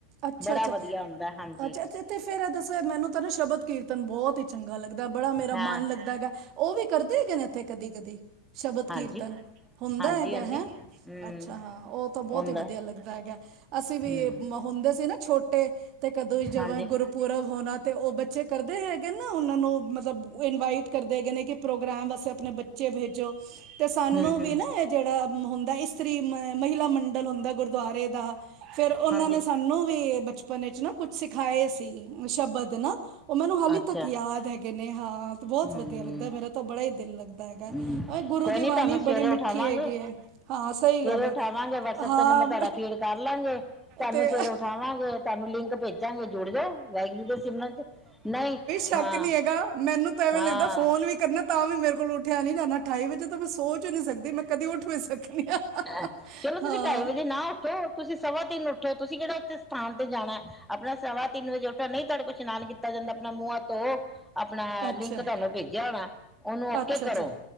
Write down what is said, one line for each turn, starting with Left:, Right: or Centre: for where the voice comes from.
Right: ਅੱਛਾ
Centre: ਬੜਾ
Right: ਅੱਛਾ
Centre: ਵਧੀਆ ਹੁੰਦਾ ਹਾਂਜੀ।
Right: ਅੱਛਾ ਅੱਛਾ ਤੇ ਫਿਰ ਇਹ ਦੱਸੋ ਮੈਨੂੰ ਤਾਂ ਨਾ ਸ਼ਬਦ ਕੀਰਤਨ ਬਹੁਤ ਈ ਚੰਗਾ ਲੱਗਦਾ। ਬੜਾ ਮੇਰਾ
Centre: ਹਾਂ
Right: ਮਨ ਲੱਗਦਾ ਹੈਗਾ। ਉਹ ਵੀ ਕਰਦੇ ਹੈਗੇ ਨੇ ਇੱਥੇ ਕਦੀ-ਕਦੀ, ਸ਼ਬਦ
Centre: ਹਾਂਜੀ
Right: ਕੀਰਤਨ ਹੁੰਦਾ
Centre: ਹਾਂਜੀ
Right: ਹੈਗਾ
Centre: ਹਾਂਜੀ
Right: ਹੈਂ।
Centre: ਹਮ
Right: ਅੱਛਾ ਹਾਂ, ਉਹ ਤਾਂ ਬਹੁਤ
Centre: ਹੁੰਦਾ
Right: ਈ ਵਧੀਆ ਲੱਗਦਾ ਹੈਗਾ। ਅਸੀਂ ਵੀ
Centre: ਹਮ
Right: ਏ ਹੁੰਦੇ ਸੀ ਨਾ ਛੋਟੇ ਤੇ ਕਦੋਂ ਜਦੋਂ
Centre: ਹਾਂਜੀ
Right: ਗੁਰਪ ਪੁਰਬ ਹੋਣਾ ਤੇ ਉਹ ਬੱਚੇ ਕਰਦੇ ਹੈਗੇ ਨਾ, ਉਹਨਾਂ ਨੂੰ ਮਤਲਬ, ਇਨਵਾਈਟ ਕਰਦੇ ਹੈਗੇ ਨੇ ਕਿ ਪ੍ਰੋਗਰਾਮ ਵਾਸਤੇ ਆਪਣੇ ਬੱਚੇ ਭੇਜੋ ਤੇ ਸਾਨੂੰ
Centre: ਹਮ
Right: ਵੀ
Centre: ਹਮ
Right: ਨਾ ਇਹ ਜਿਹੜਾ, ਹੁੰਦਾ ਇਸਤਰੀ, ਮਹਿਲਾ ਮੰਡਲ ਹੁੰਦਾ ਗੁਰ ਦੁਆਰੇ ਦਾ, ਫਿਰ ਉਹਨਾਂ
Centre: ਹਾਂਜੀ
Right: ਨੇ ਸਾਨੂੰ ਵੀ ਬਚਪਨ ਵਿੱਚ ਨਾ ਕੁਛ ਸਿਖਾਏ ਸੀ ਸ਼ਬਦ ਨਾ, ਉਹ ਮੈਨੂੰ ਹਲੇ
Centre: ਅੱਛਾ
Right: ਤੱਕ ਯਾਦ ਹੈਗ ਗੇ ਨੇ ਹਾਂ, ਬਹੁਤ
Centre: ਹਮ
Right: ਵਧੀਆ ਲੱਗਦਾ ਹੈਗਾ, ਮੇਰਾ ਤਾਂ ਬੜਾ ਈ ਦਿਲ ਲੱਗਦਾ ਹੈਗਾ।
Centre: ਹਮ
Right: ਗੁਰੂ
Centre: ਕੋਈ
Right: ਦੀ
Centre: ਨੀ
Right: ਬਾਣੀ
Centre: ਤੁਹਾਨੂੰ ਸਵੇਰੇ
Right: ਬੜੀ ਮਿੱਠੀ
Centre: ਉਠਾਵਾਂਗੇ,
Right: ਹੈਗੀ ਹੈ ਹਾਂ ਸਹੀ
Centre: ਸਵੇਰੇ
Right: ਗੱਲ ਹੈ
Centre: ਉਠਾਵਾਂਗੇ ਵਟਸਐਪ
Right: ਹਾਂ
Centre: ਤੇ ਨੰਬਰ ਤੁਹਾਡਾ ਫੀਡ ਕਰ ਲਾਂਗੇ। ਤੁਹਾਨੂੰ
Right: ਤੇ
Centre: ਸਵੇਰੇ ਉਠਾਵਾਂਗੇ, ਤੁਹਾਨੂੰ ਲਿੰਕ ਭੇਜਾਂਗੇ ਜੁੜ ਜਾਏ, ਵਾਹਿਗੁਰੂ ਦੇ ਸਿਮਰਨ'ਚ, ਨਹੀਂ
Right: ਤੱਕ
Centre: ਹਾਂ
Right: ਨਹੀ ਹੈਗਾ, ਮੈਨੂੰ ਤਾਂ ਐਵੇਂ
Centre: ਹਾਂ
Right: ਲੱਗਦਾ ਫੋਨ ਵੀ ਕਰਨਾ ਤਾਂ ਵੀ ਮੇਰੇ ਕੋਲ ਉੱਠਿਆ ਨਹੀ ਜਾਣਾ, ਠਾਈ ਵਜੇ ਮੈਂ ਸੋਚ ਈ ਨਹੀ ਸਕਦੀ, ਮੈਂ ਕਦੇ ਉਠ ਵੀ ਸਕਣੀ ਆ,
Centre: ਹੈਂ, ਚਲੋ
Right: ਹਾਂ।
Centre: ਤੁਸੀਂ ਢਾਈ ਵਜੇ ਨਾ ਉੱਠੋ ਤੁਸੀਂ ਸਵਾ ਤਿੰਨ ਉਠੋ, ਤੁਸੀਂ ਕਿਹੜਾ ਉੱਥੇ ਸਥਾਨ ਤੇ ਜਾਣਾ, ਅਪਣਾ ਸਵਾ ਤਿੰਨ ਵਜੇ ਉੱਠੋ, ਨਹੀਂ ਤੁਹਾਡੇ ਕੋਲ ਇਸ਼ਨਾਨ ਕੀਤਾ ਜਾਂਦਾ ਅਪਣਾ ਮੂੰਹ-ਹੱਥ ਧੋਓ ਅਪਣਾ
Right: ਅੱਛਾ
Centre: ਲਿੰਕ ਤੁਹਾਨੂੰ ਭੇਜਿਆ ਹੋਣਾ, ਉਹਨੂੰ ਓਕੇ
Right: ਅੱਛਾ ਅੱਛਾ
Centre: ਕਰੋ